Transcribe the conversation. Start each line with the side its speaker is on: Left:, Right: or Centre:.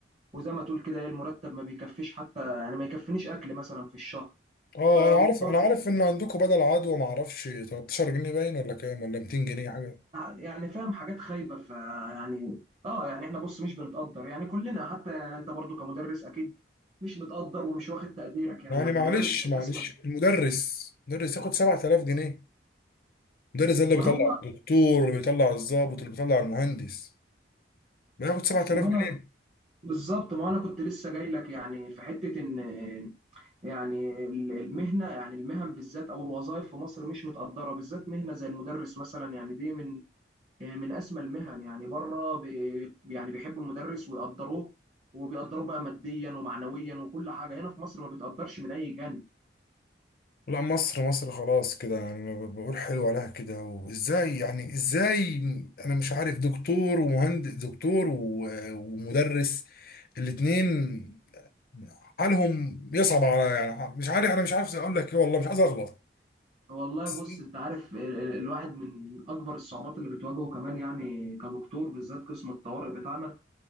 Right: وزي ما تقول كده ايه المرتب ما بيكفيش حتى يعني ما يكفينيش اكل مثلا في الشهر
Left: اه
Right: فمضطر
Left: انا عارف انا عارف ان عندكم بدل عدوى ما اعرفش 13 جنيه باين ولا كام ولا 200 جنيه حاجه
Right: يعني فاهم حاجات خايبه فيعني اه يعني احنا بص مش بنتقدر يعني كلنا حتى يعني انت برضو كمدرس اكيد مش متقدر ومش واخد تقديرك يعني
Left: يعني
Right: المدرس
Left: معلش
Right: من
Left: معلش
Right: اسمى
Left: المدرس مدرس ياخد 7000 جنيه المدرس ده اللي
Right: ما
Left: بيطلع
Right: هو
Left: الدكتور اللي بيطلع الضابط اللي بيطلع المهندس بياخد 7000
Right: ما هو انا
Left: جنيه
Right: بالظبط ما هو انا كنت لسه جاي لك يعني في حته ان يعني ال- المهنه يعني المهن بالذات او الوظائف في مصر مش متقدره بالذات مهنه زي المدرس مثلا يعني دي من آه، من اسمى المهن يعني بره بي يعني بيحبوا المدرس ويقدروه وبيقدروه بقى ماديا ومعنويا وكل حاجه هنا في مصر ما بيتقدرش من اي جانب
Left: لا مصر مصر خلاص كده يعني أنا ب- بقول حلو عليها كده وازاي يعني ازاي انا مش عارف دكتور ومهندس دكتور و- ومدرس الاتنين حالهم يصعب على يعني مش عارف انا مش عارف اقول لك ايه والله مش عايز اغلط
Right: والله
Left: بس
Right: بص انت عارف ال- ال- الواحد من من اكبر الصعوبات اللي بتواجهه كمان يعني كدكتور بالذات قسم الطوارئ بتاعنا